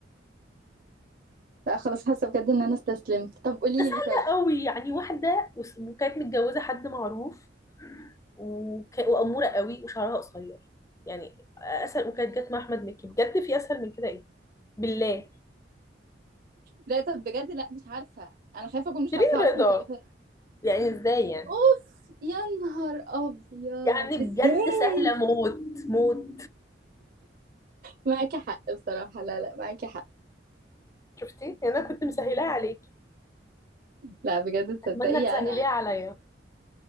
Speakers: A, on the right; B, on the left.
A: لا خلاص حاسة بجد ان انا استسلمت طب قولي
B: ده سهلة
A: لي طيب
B: قوي يعني واحدة وس- وكانت متجوزة حد معروف وك... وأمورة قوي وشعرها قصير يعني أسهل وكانت جت مع أحمد مكي بجد في أسهل من كده إيه بالله
A: لا طب بجد لا مش عارفة انا خايفة اكون مش
B: شيرين
A: عارفاها
B: رضا
A: اصلا في الإطار
B: يعني إزاي يعني
A: اوف يا نهار ابيض
B: يعني بجد
A: ازاي
B: سهلة موت موت
A: معاكي حق بصراحة لا لا معاكي حق
B: شفتي يعني أنا كنت مسهلاها عليكي
A: لا بجد تصدقي
B: أتمنى تسهليها
A: انا
B: عليا